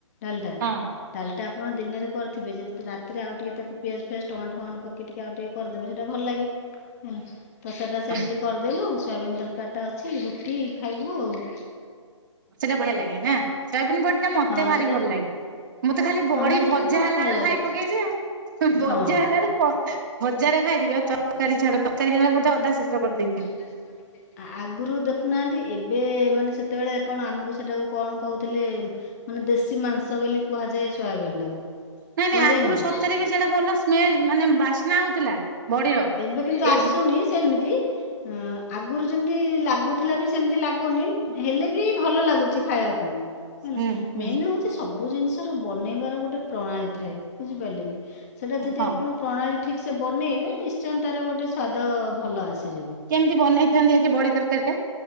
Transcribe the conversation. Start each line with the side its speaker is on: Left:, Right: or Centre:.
Left: ଡାଲଟା
Right: ହଁ
Left: ଡାଲିଟା ଆପଣ ଦିନରେ କରିଥିବେ ଯଦି ରାତିରେ ଆଉ ଟିକେ ତାକୁ ପିଆଜ ଫିଆଜ ଟମାଟ ଫମାଟ ପକେଇ ଟିକେ ଆଉ ଟିକେ କରିଦେବେ ସେଇଟା ଭଲ ଲାଗେ ହେଲା। ତ ସେଇଟା
Right: ହଁ
Left: ସେମିତି କରିଦେଲୁ ସୋୟାବିିନ ତରକାରୀଟା ଅଛି ରୁଟି ଖାଇବୁ ଆଉ।
Right: ସେଟା ଭଲ ଲାଗେ ନା ସୋୟାବିନ ବଡ଼ିଟା ମତେ
Left: ହଁ
Right: ଭାରି
Left: ସେଟା
Right: ଭଲ ଲାଗେ। ମୁଁ ତ ଖାଲି ବଡ଼ି
Left: ହଁ ମତେ
Right: ଭଜା
Left: ବି ବହୁତ
Right: ହେଲା
Left: ଭଲ
Right: ବେଳେ
Left: ଲାଗେ
Right: ଖାଇ ପକେଇବି ଆଉ। ଭଜା
Left: ହଁ
Right: ହେଲା ବେ କ ଭଜାରେ ଖାଇଥିବି ଆଉ ତରକାରୀ ଛାଡ଼ ତରକାରୀ ହେଲା ବ ବୋଧେ ଅଧା ଶେଷ କରିଦେଇଥିବି।
Left: ଆ ଆଗରୁ ଦେଖୁନାହାନ୍ତି ଏବେ ମାନେ ସେତେବେଳେ କଣ ଆମକୁ ସେଟାକୁ କଣ କହୁଥିଲେ ମାନେ ଦେଶୀ ମାଂସ ବୋଲି କୁହାଯାଏ ସୋୟାବିନ୍ ଟାକୁ।
Right: ନାଇଁ ନାଇଁ
Left: କୁହାଯାଏନି
Right: ଆଗରୁ
Left: କି?
Right: ସତରେ ବି ସେଇଟା ଭଲ ସ୍ମେଲ ମାନେ ବାସ୍ନା ହଉଥିଲା ବଡିର
Left: ଏବେ କିନ୍ତୁ
Right: ଏ
Left: ଆସୁନି ସେମିତି। ହୁଁ ଆଗରୁ ଯେମତି ଲାଗୁଥିଲା ବି ସେମିତି ଲାଗୁନି ହେଲେ ବି ଭଲ ଲାଗୁଛି। ଖାଇବାକୁ ହେଲା
Right: ହୁଁ ହୁଁ
Left: ମେନ୍ ହଉଚି ସେ ସବୁ ଜିନିଷ ର ବନେଇବାର ଗୋଟେ ପ୍ରଣାଳୀ ଥାଏ ବୁଝିପାରିଲେ କି ସେଟା ଯଦି
Right: ହଁ
Left: ଆପଣ ପ୍ରଣାଳୀ ଠିକ୍ ସେ ବନେଇବେ ନିଶ୍ଚୟ ତାର ଗୋଟେ ସ୍ୱାଦ ଭଲ ଆସିଯିବ।
Right: କେମିତି ବନେଇଚନ୍ତି ଆଜି ବଡ଼ି ତରକାରୀ ଟା?